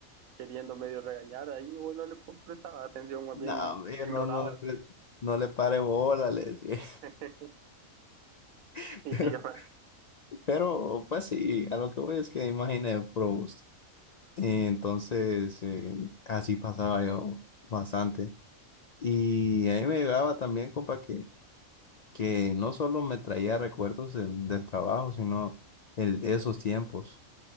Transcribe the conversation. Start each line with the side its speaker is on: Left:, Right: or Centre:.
Right: queriendo medio regañar ahí, bueno, le prestaba atención, más
Left: No,
Right: bien
Left: hombre,
Right: ignoraba.
Left: no, no le, pre- no le pare bola, le decía.
Right: <laughs>
Left: <laughs>
Right: Sí,
Left: Pero,
Right: yo me-
Left: pero, pues sí, a lo que voy es que imaginé pro gusto. Y entonces, eh, así pasaba yo bastante. Y ahí me llegaba también, compa, que, que no solo me traía recuerdos del, del trabajo, sino el, esos tiempos